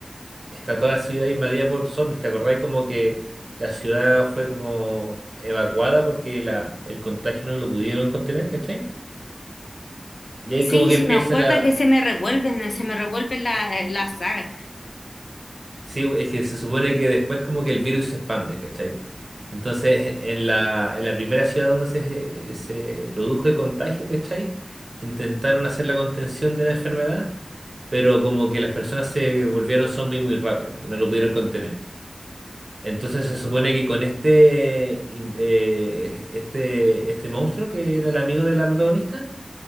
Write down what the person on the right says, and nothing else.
está toda la ciudad invadida por zombies. ¿Te acordáis como que la ciudad fue como evacuada porque la, el contagio no lo pudieron contener, ¿cachai? Y ahí
como que
empieza
la,
Sí, es que se supone que después como que el virus se expande, ¿cachai? Entonces, en la, en la primera ciudad donde se, se produjo el contagio, ¿cachai? Intentaron hacer la contención de la enfermedad, pero como que las personas se volvieron zombies muy rápido y no lo pudieron contener. Entonces se supone que con este, in- eh, este, este monstruo que era el amigo de la protagonista,